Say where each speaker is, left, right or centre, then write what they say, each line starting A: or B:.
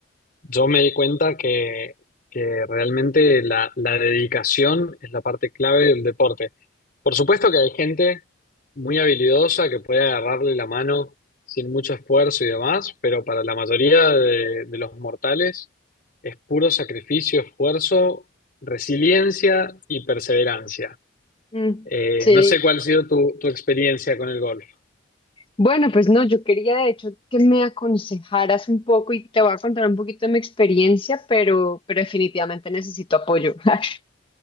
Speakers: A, on the left (about 45°); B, on the left (about 25°).
A: yo me di cuenta que, que realmente la, la dedicación es la parte clave del deporte. Por supuesto que hay gente muy habilidosa que puede agarrarle la mano sin mucho esfuerzo y demás, pero para la mayoría de, de los mortales es puro sacrificio, esfuerzo, resiliencia y perseverancia.
B: Mm,
A: Eh,
B: sí.
A: no sé cuál ha sido tu, tu experiencia con el golf.
B: Bueno, pues no, yo quería de hecho que me aconsejaras un poco y te voy a contar un poquito de mi experiencia, pero, pero definitivamente necesito apoyo. <laughs>